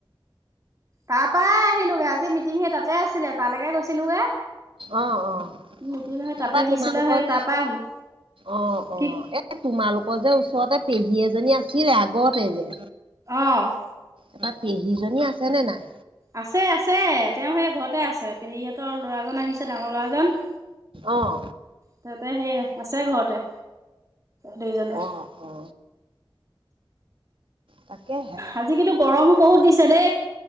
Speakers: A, on the right; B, on the right.
A: তাৰ পৰাই আহিলোগে আজি মিটিং সেই তাতে আছিলে তালেকে গৈছিলোগে
B: অ অ
A: মিটিং হৈ
B: তাপাতোমালোকৰ
A: তাতে দিছিলে সেই
B: যে
A: তাৰ পৰা আহিলো
B: অ',
A: কি
B: অ', এ তোমালোকৰ যে ওচৰতে পেহী এজনী আছিল আগতে যে।
A: অ',
B: এটা পেহীজনী আছে নে নাই?
A: আছে আছে তেওঁ সেই ঘৰতে আছে পেহীহঁতৰ ল'ৰাজন আহিছে ডাঙৰ লৰাজন।
B: অহ
A: তাতে সেই আছে ঘৰতে। দুইজনে
B: অহ অ তাকেহে
A: আজি কিন্তু গৰমো বহুত দিছে দেই